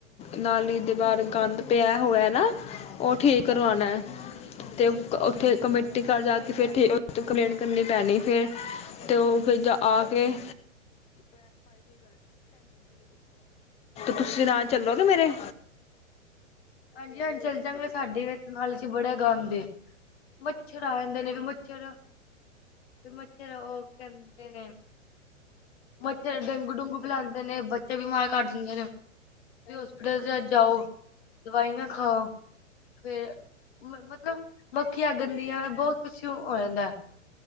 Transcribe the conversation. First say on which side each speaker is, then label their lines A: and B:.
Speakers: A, on the left; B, on the left.
A: ਨਾਲੀ ਦੇ ਬਾਹਰ ਗੰਦ ਪਿਆ ਹੋਇਆ ਨਾ। ਉਹ ਠੀਕ ਕਰਵਾਣਾ ਹੈ ਤੇ ਉੱਥੇ
B: ਹਾਂਜੀ
A: ਕਮੇਟੀ। ਘਰ ਜਾ ਕੇ ਫਿਰ ਕੰਪਲੇਂਟ ਕਰਨੀ ਪੈਣੀ। ਫੇਰ ਤੇ ਉਹ ਫਿਰ ਆ ਕੇ ਤੁਸੀਂ ਨਾਲ ਚੱਲੋਗੇ ਮੇਰੇ।
B: ਹਾਂਜੀ- ਹਾਂਜੀ ਚੱਲ ਜਾਂਗੇ। ਸਾਡੇ ਨਾਲੀ ਵਿਚ ਵੀ ਬੜਾ ਗੰਦ ਏ। ਮੱਛਰ ਆ ਜਾਂਦੇ ਨੇ। ਵੀ ਮੱਛਰ ਫੇਰ ਮੱਛਰ, ਉਹ ਬੀਮਾਰੀ ਕਰਦੇ ਨੇ। ਮੱਛਰ ਡੇਂਗੂ ਡੇਗੂ ਫੈਲਾਉਂਦੇ ਨੇ ਬੱਚੇ ਬਿਮਾਰ ਕਰ ਦਿੰਦੇ ਨੇ। ਹੋਸਪਿਟਲ ਚ' ਜਾਓ। ਦਵਾਈਆਂ ਖਾਓ। ਫੇਰ ਮਤਲਬ ਮੱਖੀਆਂ ਗੰਦੀਆਂ ਬਹੁਤ ਕਿਸੀ ਨੂੰ ਵੀ ਹੋ ਜਾਂਦਾ